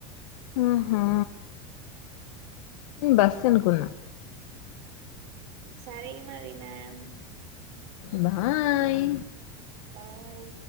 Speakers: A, on the left (about 70°); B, on the right (about 55°).
A: ఆహా నేను బస్ అనుకున్నా
B: సరే మరి మ్యామ్
A: బాయ్
B: బాయ్